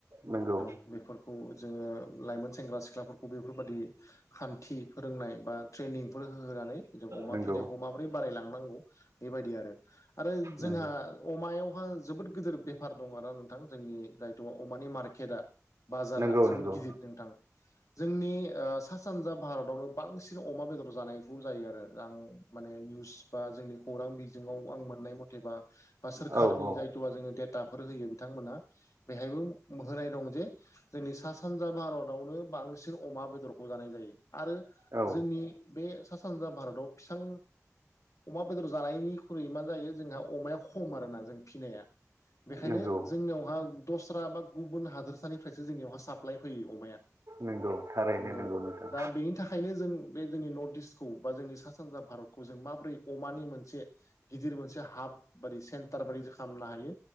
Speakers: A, on the right (about 80°); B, on the left (about 75°).
A: नंगौ
B: औ बे खौ जोङो लाइमोन सेंग्रा सिख्लाफोरखौ बेफोरबायदि खान्थि फोरोंनाय बा ट्रेनिंफोर होनानै जों अमा
A: नंगौ
B: फिसिनायखौ मा बोरै बारायलांनांगौ बेबायदि आरो आरो जोंहा
A: नंगौ
B: अमायावहा जोबोद गिदिर बेफार दङ आरो ना नोंथां जोंनि जायथ' अमानि मार्केटआ बाजारा
A: नंगौ
B: जोबोद
A: नंगौ
B: गिदिर नोंथां जोंनि सा सानजा भारतावनो बांसिन अमा बेदर जानायखौ जायो आरो आं माने निउस बा जोंनि खौरां बिजोङाव आं मोननाय मथेबा बा सोरखारनि
A: औ औ
B: जायथ'बा जोङो डेटाफोर होयो बिथांमोना बेहायबो होनाय दं जे जोंनि सा सानजा भारतावनो बांसिन अमा बेदरखौ जानाय जायो आरो
A: औ
B: जोंनि बे सा सानजा भारताव फिसां अमा बेदर जानायनिख्रुइ मा जायो जोंहा अमाया खम आरोना जों फिसिनाया बेखायनो
A: नंगौ
B: जोंनियावहा दस्रा बा गुबुन हादोरसानिफ्रायसो जोंनियाव आ साप्लााय फैयो अमाया
A: नंगौ थारैनो
B: नंगौ
A: नोंथां
B: दा बेनि थाखायनो जों बे जोंनि नर्थ इस्टखौ बा जोंनि सा सानजा भारत खौ जों माबोरै अमानि मोनसे गिदिर मोनसे हाब बादि सेन्टार बादि खालामनो हायो